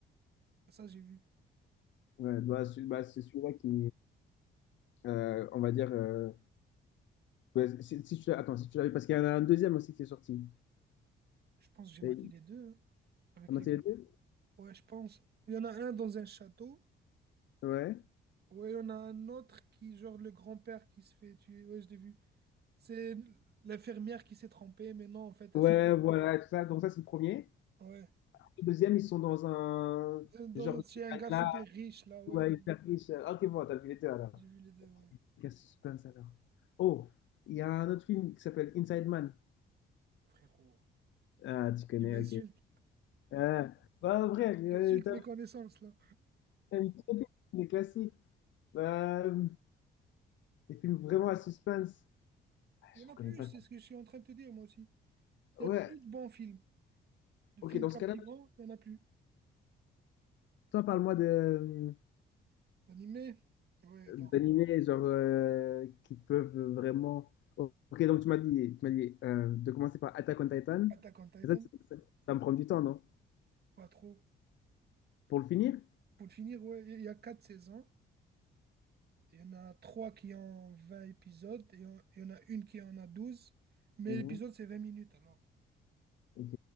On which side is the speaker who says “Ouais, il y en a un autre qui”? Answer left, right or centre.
Right